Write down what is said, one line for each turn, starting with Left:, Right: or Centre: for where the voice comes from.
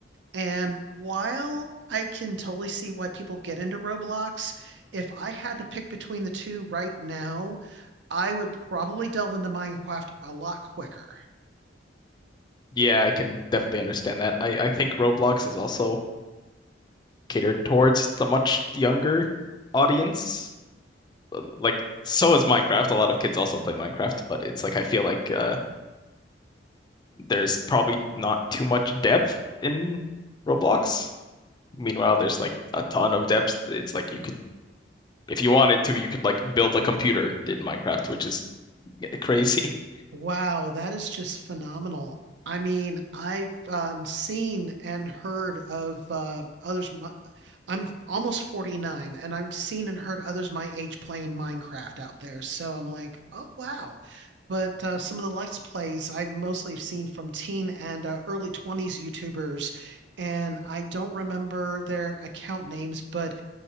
Right: And while I can totally see why people get into Roblox, if I had to pick between the two right now, I would probably delve into Minecraft a lot quicker.
Left: Yeah, I can definitely understand that. I I think Roblox is also catered towards the much younger audience. Like so is Minecraft. A lot of kids also play Minecraft, but it's like I feel like uh there's probably not too much depth in Roblox. Meanwhile, there's like a ton of depth. It's like you could, if you wanted to, you could like build a computer in Minecraft, which is crazy. <laughs>
Right: Wow, that is just phenomenal. I mean, I've um, seen and heard of uh, others. My, I'm f- almost 49, and I've seen and heard others my age playing Minecraft out there. So I'm like, oh, wow. But uh, some of the Let's Plays I've mostly seen from teen and uh, early 20s YouTubers, and I don't remember their account names, but